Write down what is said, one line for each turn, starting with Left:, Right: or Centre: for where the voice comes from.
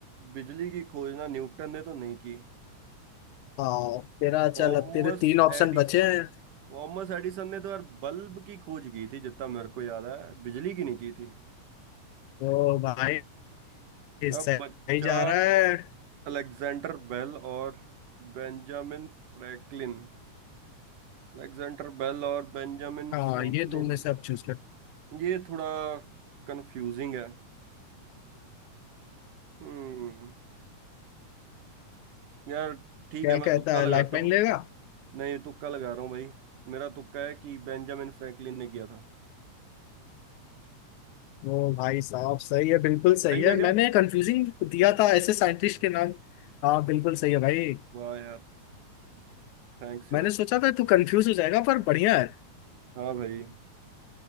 Right: बिजली की खोज ना न्यूटन ने तो नहीं की
Left: हाँ तेरा चल
Right: थॉमस
Left: अब तेरे तीन ऑप्शन
Right: एडिस
Left: बचे हैं
Right: थॉमस एडिसन ने तो यार बल्ब की खोज की थी जितना मेरे को याद है बिजली की नहीं की थी
Left: तो भाई सही
Right: अब बच्चा
Left: जा रहा है
Right: अलेक्जेंडर बेल और बेंजामिन फ्रैंकलिन अलेक्जेंडर बेल और बेंजामिन
Left: हाँ
Right: फ्रैंकलिन
Left: ये तुम में से अब चूज कर
Right: ये थोड़ा कंफ्यूजिंग है हम्म यार ठीक
Left: क्या
Right: है मैं
Left: कहता
Right: तुक्का
Left: है
Right: लगाता
Left: लाइफलाइन
Right: हूँ
Left: लेगा
Right: नहीं तुक्का लगा रहा हूँ भाई मेरा तुक्का है कि बेंजामिन फ्रैंकलिन ने किया था
Left: वो भाई साहब सही है बिल्कुल सही
Right: सही
Left: है
Right: है क्या
Left: मैंने कंफ्यूजिंग दिया था ऐसे साइंटिस्ट के नाम हाँ बिल्कुल सही है भाई
Right: वाह यार थैंक्स यार
Left: मैंने सोचा था तू कंफ्यूज हो जाएगा पर बढ़िया है
Right: हाँ भाई